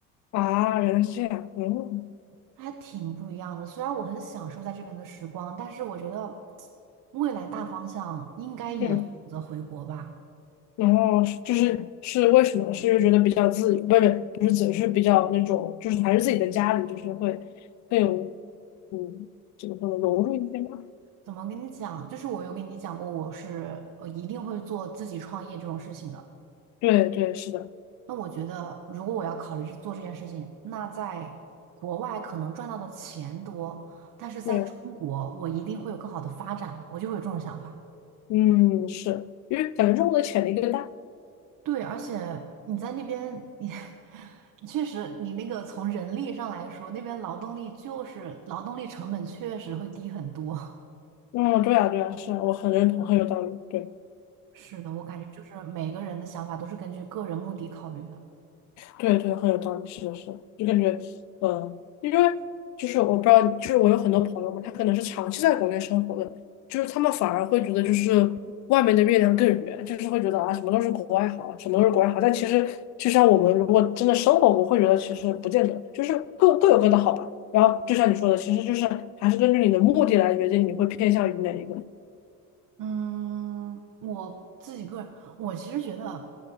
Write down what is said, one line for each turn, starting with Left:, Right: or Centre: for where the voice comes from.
Left: 啊，原来是这样，嗯
Right: 还挺不一样的。虽然我很享受在这边的时光，但是我觉得未来大方向应该也会选择回国吧。
Left: 嗯。然后是就是是为什么？是因为觉得比较自由，不是不是自由，是比较那种，就是还是自己的家里，就是会更有，嗯，怎么说呢，融入一些吧。
Right: 怎么跟你讲？就是我有跟你讲过，我是呃一定会做自己创业这种事情的。
Left: 对对，是的，
Right: 那我觉得，如果我要考虑着做这件事情，那在国外可能赚到的钱多，但是在中国，
Left: 对，
Right: 我一定会有更好的发展吧，我就会有这种想法。
Left: 嗯，是因为感觉中国的潜力更大。
Right: 对，而且你在那边，你 <laughs> 确实，你那个从人力上来说，那边劳动力就是劳动力成本确实会低很多。<laughs>
Left: 嗯，对啊对啊，是啊，我很认同，很有道理。对。
Right: 是的，我感觉就是每个人的想法都是根据个人目的考虑的。
Left: 对对，很有道理，是的，是的，就感觉，嗯，因为就是我不知道，就是我有很多朋友嘛，他可能是长期在国内生活的，就是他们反而会觉得就是外面的月亮更圆，就是会觉得啊，什么都是国外好，什么都是国外好，但其实就像我们如果真的生活过，会觉得其实不见得，就是各各有各的好吧。然后就像你说的，其实就是还是根据你的目的来决定你会偏向于哪一个。
Right: 嗯，我自己个人，我其实觉得